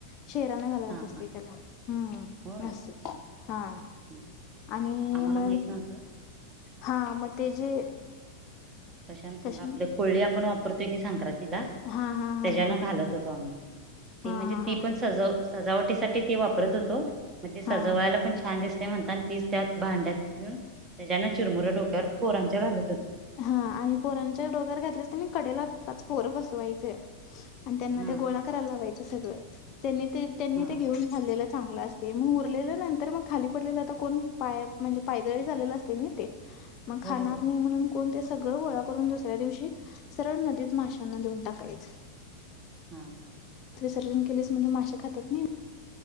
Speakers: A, on the left; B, on the right.
A: शेराने घालायच
B: हा
A: असतंय
B: हा
A: त्याला हम्म
B: होय
A: अस हा.
B: हम्म.
A: आणि
B: आम्हाला
A: मग
B: माहित नव्हतं
A: हा मग ते जे.
B: कशान सांगा
A: कशा
B: आपले कोळी आपण वापरतोय की संक्रांतीला ला
A: हा हा हा
B: त्याच्यान
A: हा
B: घालत होतो आम्ही
A: हा
B: ती म्हणजे
A: हा
B: ती
A: हा हा
B: पण सज सजावटीसाठी ते वापरत होतो मग ते सजवायला
A: हा
B: पण छान दिसतंय ते म्हणता आणि तीच त्यात भांड्यात घेऊन त्याच्यां चिरमुऱ्या डोक्यावर पोरांच्या घालत होते
A: हा आणि पोरांच्या डोक्यावर घातलीस कनी कडेलाच पोर बसवायच आणि त्यांना
B: हा
A: ते गोळा करायला लावायचं सगळं त्यांनी ते त्यांनी
B: हा
A: ते घेऊन
B: हा
A: खाल्लेलं चांगलं अस ते मग उरलेलं नंतर मग खाली पडलेलं आता कोण पाय म्हणजे पायदळी झालेला असते ना ते मग खाणार
B: होय होय
A: नाही म्हणून पण ते सगळं गोळा करून दुसऱ्या दिवशी सरळ नदीत माशांना देऊन टाकायच
B: हम्म हम्म
A: विसर्जन केलेस म्हणजे माश्या खातात नाही